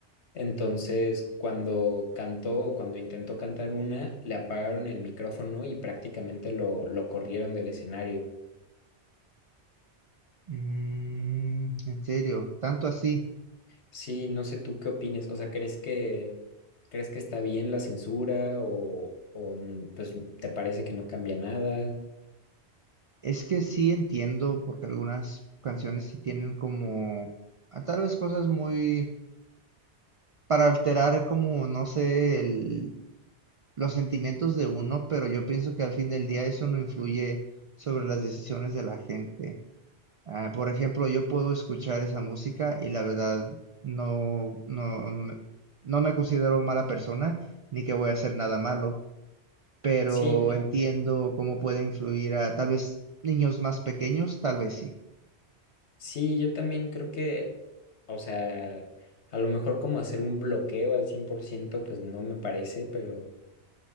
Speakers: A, on the left; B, on the right.
A: Entonces, cuando cantó, o cuando intentó cantar una, le apagaron el micrófono y prácticamente lo, lo corrieron del escenario.
B: Mm, en serio, tanto así.
A: Sí, no sé tú qué opines, o sea, ¿crees que, crees que está bien la censura o, o pues te parece que no cambia nada?
B: Es que sí entiendo, porque algunas canciones sí tienen como, ah, tal vez cosas muy, para alterar como, no sé, el- los sentimientos de uno, pero yo pienso que al fin del día eso no influye sobre las decisiones de la gente. Ah, por ejemplo, yo puedo escuchar esa música y la verdad no, no, me- no me considero mala persona, ni que voy a hacer nada malo, pero
A: Sí, no.
B: entiendo cómo puede influir a tal vez niños más pequeños, tal vez sí.
A: Sí, yo también creo que, o sea, a lo mejor como hacer un bloqueo al 100%, pues no me parece, pero